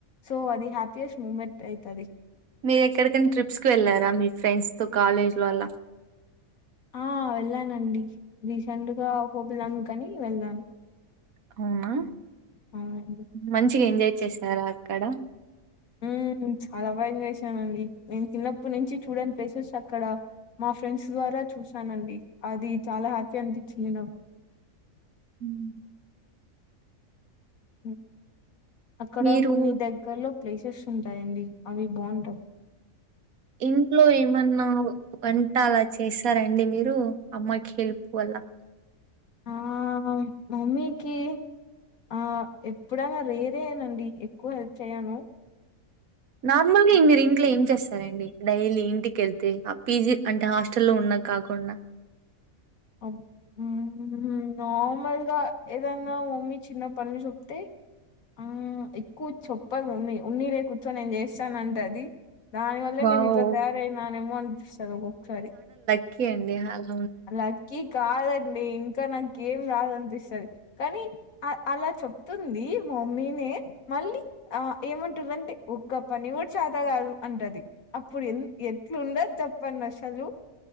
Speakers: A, on the left (about 80°); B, on the right (about 85°).
A: సో అది హ్యాపీయెస్ట్ మూమెంట్ అయితది.
B: మీరు ఎక్కడికైనా ట్రిప్స్ కి వెళ్ళారా మీ ఫ్రెండ్స్ తో కాలేజ్లో అలా.
A: ఆ వెళ్ళానండి రీసెంట్గా ఆహోబిలం కని వెళ్ళాను.
B: అవునా
A: అవునండి
B: మంచిగా ఎంజాయ్ చేస్తారా అక్కడ.
A: ఉ చాలా బాఎంజాయ్ చేశానండి. నేను చిన్నప్పటి నుంచి చూడని ప్లేసెస్ అక్కడ మా ఫ్రెండ్స్ ద్వారా చూసానండి. అది చాలా హ్యాపీ అనిపించింది నాకు.
B: మ్మ్.
A: హ్ అక్కడ
B: మీరు
A: కొన్ని దగ్గర్లో ప్లేసెస్ ఉంటాయండి అవి బాఉంటయి.
B: ఇంట్లో ఏమన్నా వంట అలా చేసారండి మీరు అమ్మకి హెల్ప్ అలా.
A: ఆ మమ్మీకి ఆ ఎప్పుడైనా రేరేనండి. ఎక్కువ హెల్ప్ చేయను.
B: నార్మల్గా
A: అ
B: మీరు ఇంట్లో ఏం చేస్ సరేండి డైలీ ఇంటికేళ్తే ఆ పీజీ అంటే హాస్టల్ల్లో ఉన్నవి కాకుండా.
A: <inaudible> నార్మల్గా ఏదన్నా మమ్మీ చిన్న పనులు చెప్తే, ఆ ఎక్కువ చెప్పదు మమ్మీ. ఉన్లే కూర్చో నేను చేస్తా అంటది. దాని వల్లే
B: వావ్
A: నేను ఇట్లా తయారయినా నేమో అనిపిస్తది ఒకొక్కసారి.
B: క్కి అండి. <inaudible>
A: లక్కీ కాదండి. ఇంకా నాకు ఏం రాదు అనిపిస్తది. కానీ అ అలా చెప్తుంది మా మమ్మీనే మళ్ళీ ఆ ఏమంటుందంటే ఒక్క పని కూడా చాత కాదు. అంటది అప్పుడు ఎంత ఎట్లు ఉంటది చెప్పండి అసలు. హలో